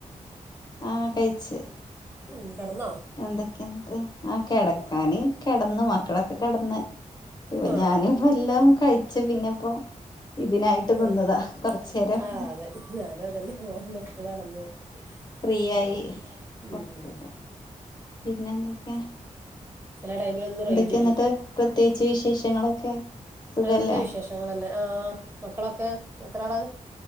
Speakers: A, on the left (about 35°); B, on the right (about 20°).
A: ആ കഴിച്ച്
B: ഉം കെടന്നോ
A: എന്തൊക്കെയ എന്നിട്ട് ആ കിടക്കാന് കിടന്ന് മക്കളൊക്കെ കിടന്ന് ഇപ്പ
B: ആഹ്
A: ഞാനി ഇപ്പോ എല്ലാം കഴിച്ച പിന്നെ ഇപ്പൊ ഇതിനായിട്ട് കൊന്നതാ
B: ആഹ്
A: കൊറച്ചേരം
B: ആഹ് അതെ <inaudible>
A: ഫ്രീയായി
B: ഉം
A: <unintelligible>
B: ഉം ഉം
A: പിന്നെ എന്തൊക്കെ
B: ചില ടൈമിൽ ഒന്നും <unintelligible>
A: എന്നിട്ട് പ്രത്യേകിച്ച് വിശേഷങ്ങളൊക്കെ സുഖല്ലേ
B: നല്ല വിശേഷങ്ങൾ തന്നെ ആ മക്കളൊക്കെ എത്ര ആളാ